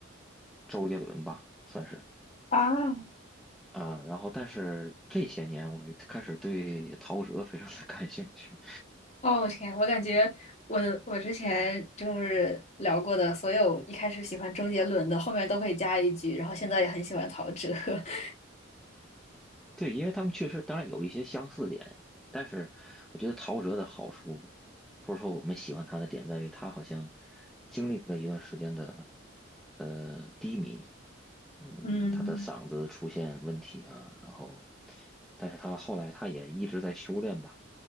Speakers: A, in the centre; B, on the left.
A: 周杰伦吧，算是
B: 啊。
A: 啊。然后，但是这些年我开始对陶喆非常的感兴趣。
B: 哦，我天，我感觉我我之前就是聊过的所有一开始喜欢周杰伦的，后面都会加一句，然后现在也很喜欢陶喆。<laughs>
A: 对，因为他们确实当然有一些相似点，但是我觉得陶喆的好处，或者说我们喜欢他的点在于，他好像经历了一段时间的呃低迷，嗯，
B: 嗯
A: 他的嗓子出现问题啊，然后，但是他后来他也一直在修炼吧，